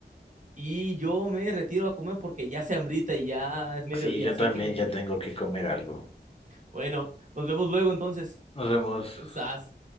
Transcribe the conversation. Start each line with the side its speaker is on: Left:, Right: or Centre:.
Right: y yo me retiro a comer porque ya se hambrita y ya es mediodía,
Left: Sí, yo
Right: así
Left: también
Right: que
Left: ya tengo que comer algo.
Right: bueno, nos vemos luego entonces.
Left: Nos vemos.
Right: <laughs> Sas.